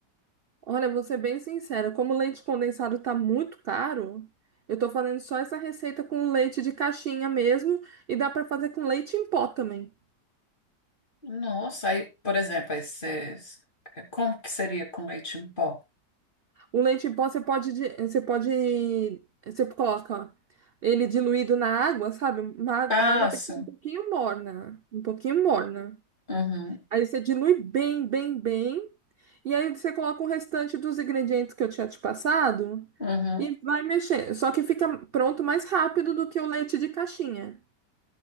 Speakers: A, on the right (about 65°); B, on the left (about 30°).
A: Olha, vou ser bem sincera, como o leite condensado tá muito caro, eu tô fazendo só essa receita com leite de caixinha mesmo e dá para fazer com leite em pó também.
B: Nossa, aí, por exemplo, aí cê- como que seria com leite em pó?
A: O leite em pó você pode, di- você pode, você coloca ele diluído na água, sabe? Uma água-
B: Ah,
A: a água
B: sim.
A: tem que ser um pouquinho morna, um pouquinho morna.
B: Uhum,
A: Aí você dilui bem, bem, bem. E aí você coloca o restante dos ingredientes que eu tinha te passado
B: uhum.
A: e vai mexendo. Só que fica pronto mais rápido do que o leite de caixinha.